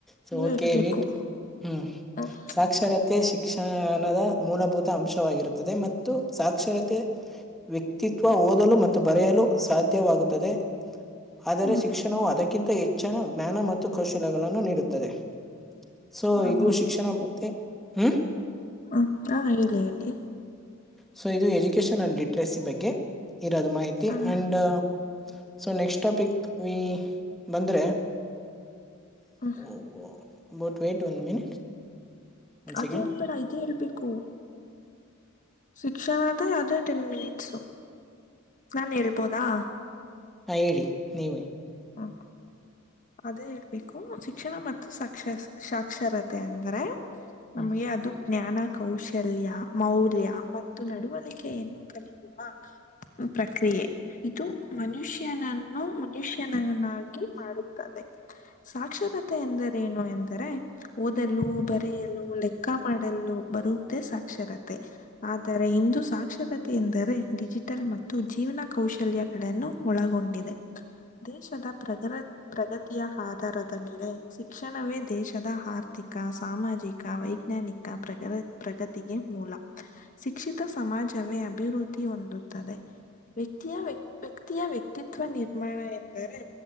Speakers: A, in the centre; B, on the left.
A: ಸ
B: ನೀವ್
A: ಓಕೆ
B: ಹೇಳ್ಬೇಕು
A: ವೀಟ್ ಹ್ಮ್
B: ಹ್ಮ್
A: ಸಾಕ್ಷರತೆ ಶಿ ಶಿಕ್ಷಣದ ಮೂಲಭೂತ ಅಂಶವಾಗಿರುತ್ತದೆ ಮತ್ತು ಸಾಕ್ಷರತೆ ವ್ಯಕ್ತಿತ್ವ
B: ಹ್ಮ್
A: ಓದಲು ಮತ್ತು ಮತ್ತು ಬರೆಯಲು ಸಾಧ್ಯವಾಗುತ್ತದೆ ಆದರೆ
B: ಹ್ಮ್
A: ಶಿಕ್ಷಣವು ಅದಕ್ಕಿಂತ ಹೆಚ್ಚಿನ ಜ್ಞಾನ ಮತ್ತು ಕೌಶಲಗಳನ್ನು ನೀಡುತ್ತದೆ ಸೊ
B: ಹಾ
A: ಇದುಷಿ ಶಿಕ್ಷಣ ಮತ್ತೆ ಹ್ಮ
B: ಹ್ಮ ಹಾಲ್ಲ ಲ್ಲಿ
A: ಸೊ ಇದು ಎಜುಕೇಶನ್ ಅಂಡ್ ಲಿಟ್ರೇಸಿ ಬಗ್ಗೆ ಇರೋದು ಮಾಹಿತಿ
B: hmm
A: and so next topic ಈ ಬಂದ್ರೆ
B: hmm
A: oh about wait one minute one
B: ಅದೇ
A: ಸೆಕೆಂಡ್
B: ಹೇಳ್ಬೇಡ ಇದೇ ಹೇಳ್ಬೇಕು ಶಿಕ್ಷಣ ಅದೇ ಅದೇ ಟೆನ್ ಮಿನಿಟ್ಸು ನಾನ್ ಹೇಳ್ಬೋದಾ
A: ಹಾ ಹೇಳಿ ನೀವ
B: ಹ್ಮ ಅದೇ ಹೇಳ್ಬೇಕು ಶಿಕ್ಷಣ ಮತ್ತು ಸಾಕ್ಷ ಸಾಕ್ಷರತೆ ಅಂದ್ರೆ ನಮ್ಗೆ
A: ಹ್ಮ್
B: ಅದು ಜ್ಞಾನ ಕೌಶಲ್ಯ ಮೌಲ್ಯ ಮತ್ತು ನಡುವಳಿಕೆಯನ್ನು ಕಲಿಯುವ ಪ್ರಕ್ರಿಯೆ ಇದು ಮನುಷ್ಯನನ್ನು ಮನುಷ್ಯ ನ ಮಾಡುತ್ತದೆ ಸಾಕ್ಷರತೆ ಎಂದರೇನು ಎಂದರೆ ಓದಲು ಬರೆಯಲು ಲೆಕ್ಕ ಮಾಡಲು ಬರುವುದೇ ಸಾಕ್ಷರತೆ ಆದರೆ ಇಂದು ಸಾಕ್ಷರತೆ ಎಂದರೆ ಡಿಜಿಟಲ್ ಮತ್ತು ಜೀವನ ಕೌಶಲ್ಯಗಳನ್ನು ಒಳಗೊಂಡಿದೆ ದೇಶದ ಪ್ರಗ ಪ್ರಗತಿಯ ಆಧಾರದ ಮೇಲೆ ಶಿಕ್ಷಣವೇ ದೇಶದ ಆರ್ಥಿಕ ಸಾಮಾಜಿಕ ವೈಜ್ಞಾನಿಕ ಪ್ರಗ ಪ್ರಗತಿಗೆ ಮೂಲ ಶಿಕ್ಷಿತ ಸಮಾಜವೇ ಅಭಿವೃದ್ಧಿ ಹೊಂದುತ್ತದೆ ವ್ಯಕ್ತಿಯ ವ್ಯಕ್ ವ್ಯಕ್ತಿಯ ವ್ಯಕ್ತಿತ್ವ ನಿರ್ಮಾಣ ಎ ಆದರೆ